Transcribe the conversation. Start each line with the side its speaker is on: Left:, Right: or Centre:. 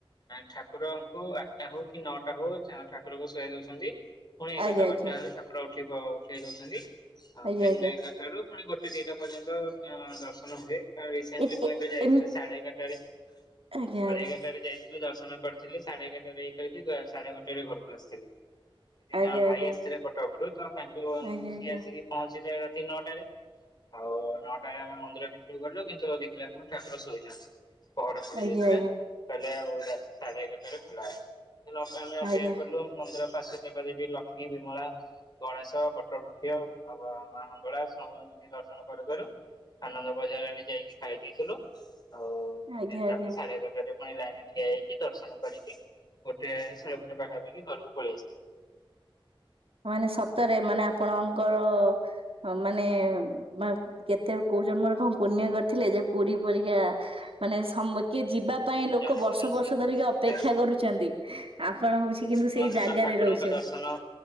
Left: ଠାକୁ ଠାକୁରଙ୍କୁ ଆଠଟା ହଉ କି ନଅଟା ହଉ ଠାକୁରଙ୍କୁ ଶୁଆଇ ଦଉଛନ୍ତି। ପୁଣି ଏଗାରଟା
Right: ଆଜ୍ଞା ଆଜ୍ଞା
Left: ବାରଟା ହେଲେ ଠାକୁରଙ୍କୁ ଉଠେଇ ଦଉଛନ୍ତି
Right: ଆଜ୍ଞା
Left: ଦେନ୍
Right: ଆଜ୍ଞା
Left: ଏଗାରଟାରୁ ପୁଣି ଗୋଟେ ଦିଟା ପର୍ଯ୍ୟନ୍ତ ଦର୍ଶନ ହୁଏ କାରଣ ରିସେଣ୍ଟଲି
Right: ଏ
Left: ମୁଁ
Right: ଏ
Left: ଏବେ ଯାଇଥିଲି
Right: ଏମି
Left: ସାଢେ ଏଗାରଟାରେ
Right: ଆଜ୍ଞା
Left: ସାଢେ ଏଗାରଟାରେ ଯାଇଥିଲୁ। ଦର୍ଶନ କରିଥିଲି ସାଢେ ଏଗାରଟାରେ ସାଢେ ଗୋଟେରେ ଘରକୁ ଆସିଥିଲି। ସେଠି
Right: ଆଜ୍ଞା
Left: ଜଣ ଭାଇ
Right: ଆଜ୍ଞା
Left: ଆସିଥିଲେ କଟକରୁ ତ ତାଙ୍କୁ
Right: ଆଜ୍ଞା
Left: ସିଏ
Right: ଆଜ୍ଞା
Left: ଆସିକି ପହଞ୍ଚିଲେ। ରାତି ନଅଟାରେ ଆଉ ନଅଟାରେ ଆମେ ମନ୍ଦିର ଭିତରକୁ ଗଲୁ କିନ୍ତୁ ଆପଣ ଠାକୁର ଶୋଇଛନ୍ତି ପହଡ ପଡ଼ି
Right: ଆଜ୍ଞା
Left: ଯାଇଥିଲା
Right: ଆଜ୍ଞା
Left: କହିଲେ ଆଉ ରାତି ସାଢେ ଏଗାରଟାରେ ଖୋଲାହେବ ଆମେ
Right: ଆଜ୍ଞା
Left: ଅପେକ୍ଷା
Right: ଆଜ୍ଞା
Left: କଲୁ ମନ୍ଦିର ପାର୍ଶ୍ୱ ଦେବାଦେବୀ ଲକ୍ଷ୍ମୀ, ବିମଳା, ଗଣେଶ, ବଟବୃକ୍ଷ ଆଉ ମା ମଙ୍ଗଳା ସବୁ ଦର୍ଶନ କରୁ କରୁ ଆନନ୍ଦ ବଜାରରେ ଯାଇକି ଖାଇ ଦେଇଥିଲୁ ଆଉ
Right: ଆଜ୍ଞା
Left: ତାପ
Right: ଆଜ୍ଞା।
Left: ସାଢେ ଏଗାରଟାରେ ପୁଣି ଲାଇନ ଠିଆ ହେଇକି ଦର୍ଶନ କରିକି ଗୋଟେ ସାଢେ ଗୋଟେ ପାଖାପାଖି ଘରକୁ ପଳେଇ ଆସିଥିଲୁ।
Right: ମାନେ ସତରେ ମାନେ ଆପଣଙ୍କର ମାନେ ମା କେତେ କୋ କୋଉ ଜନ୍ମରେ କଣ ପୁଣ୍ୟ କରିଥିଲେ ଯେ ପୁରୀ ପରିକା ମାନେ ସମୁ କିଏ ଯିବା ପାଇଁ ଲୋକ
Left: ଜନ୍ମ
Right: ବର୍ଷ
Left: ହେଇଛି
Right: ବର୍ଷ ଧରିକି ଅପେକ୍ଷା
Left: ଆଜ୍ଞା
Right: କରୁଛନ୍ତି ଆ ପଣ ହଉଛି କିନ୍ତୁ
Left: କୁହନ୍ତି
Right: ସେଇ ଜାଗାରେ
Left: ତ ଠାକୁରଙ୍କ
Right: ରହୁଛନ୍ତି।
Left: ଦର୍ଶନ